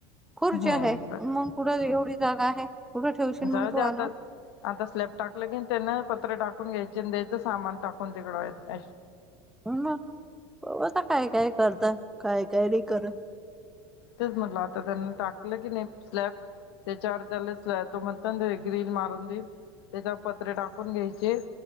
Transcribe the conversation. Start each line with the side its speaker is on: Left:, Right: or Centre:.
Centre: खुर्च
Left: हम्म
Centre: आहे मग कुठं एवढी. जागा आहे. कुठं ठेवशील मग
Left: जाऊदे
Centre: तू
Left: ते, आता
Centre: आण
Left: आता स्लॅब टाकलं की त्यान पत्र टाक ण घ्यायचे, द्यायचं सामान टाकून तिकडत
Centre: हो, ना आता काय काय करता काय काय नाही करत-
Left: तेच म्हटलं आता त्यांनी टाकलं की नाही, स्लॅब त्याच्यावर त्याला स्लँब तो म्हण, ग्रीन मारून देईन त्याच्यावर पत्रे टाकून घ्यायचे,